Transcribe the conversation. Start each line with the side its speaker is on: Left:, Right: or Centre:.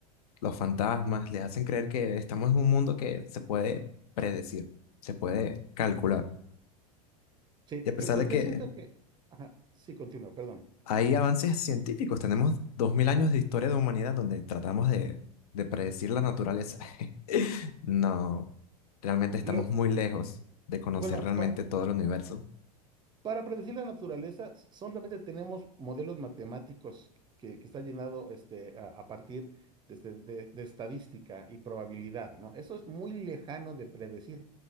Left: los fantasmas, les hacen creer que estamos en un mundo que se puede predecir, se puede calcular.
Right: Sí,
Left: Y a
Right: yo,
Left: pesar
Right: yo,
Left: de
Right: yo
Left: que
Right: siento que... Ajá, sí, continúa, perdón.
Left: hay avances científicos, tenemos 2000 años de historia de humanidad donde tratamos de, de predecir la naturaleza. <laughs> No, realmente estamos
Right: Lo,
Left: muy lejos de conocer
Right: bueno,
Left: realmente
Right: pa-
Left: todo el universo,
Right: Para predecir la naturaleza solamente tenemos modelos matemáticos que, que está llenado este, a, a partir de, este- de- de estadística y probabilidad, ¿no? Eso es muy lejano de predecir.